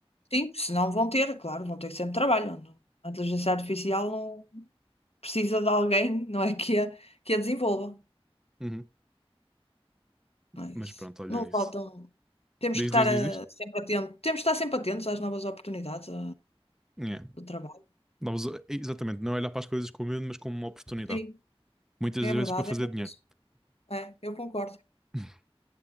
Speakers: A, on the left (about 80°); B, in the centre.
A: Sim, senão vão ter, claro, vão ter sempre trabalho. não- A inteligência artificial não precisa de alguém, não é, que a, que a desenvolva.
B: Uhum.
A: Não é isso.
B: Mas pronto, olham
A: Não
B: nisso.
A: faltam. Temos
B: Diz,
A: que estar
B: diz, diz,
A: eh,
B: diz.
A: sempre atentos. Temos que estar sempre atentos às novas oportunidades eh,
B: Yeah.
A: do trabalho.
B: Não, mas, eh, exatamente, não é olhar para as coisas com medo, mas como uma oportunidade.
A: Sim.
B: Muitas
A: É
B: vezes
A: verdade,
B: para fazer
A: é mesmo
B: dinheiro.
A: isso. É, eu concordo.
B: <laughs>